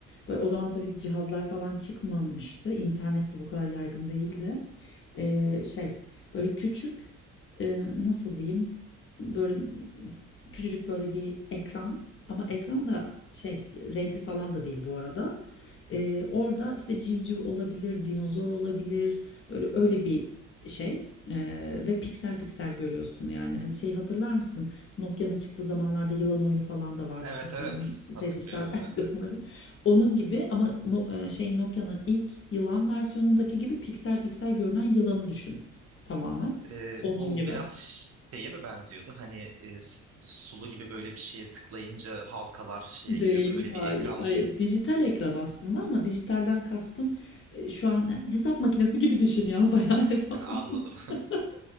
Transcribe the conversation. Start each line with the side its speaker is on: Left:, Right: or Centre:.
Left: böyle o zaman tabii cihazlar falan çıkmamıştı. İnternet de bu kadar yaygın değildi. Ee, şey böyle küçük e, nasıl diyeyim böyle küçücük böyle bir ekran ama ekran da şey renkli falan da değil bu arada. Ee, orada işte civciv olabilir, dinozor olabilir böyle öyle bir şey. Ee, ve piksel piksel görüyorsun yani hani şey hatırlar mısın Nokia'nın çıktığı zamanlarda yılan oyunu falan da vardı
Right: Evet
Left: son zaman
Right: evet. Hatırlıyorum
Left: şey dijital
Right: evet.
Left: <laughs> versiyonları onun gibi ama no- e, şey Nokia'nın ilk yılan versiyonundaki gibi piksel piksel görünen yılanı düşün tamamen.
Right: Ee,
Left: Onun
Right: bu
Left: gibi.
Right: biraz şeye mi benziyordu? Hani e, s- sulu gibi böyle bir şeye tıklayınca halkalar şeye
Left: Değil,
Right: giriyordu. Öyle
Left: hayır.
Right: bir ekran
Left: Hayır, dijital ekran aslında ama dijitalden kastım e, şu an hesap makinesi gibi düşün ya <laughs> bayağı hesap
Right: <laughs>
Left: makinesi. <laughs>
Right: anladım.
Left: <laughs>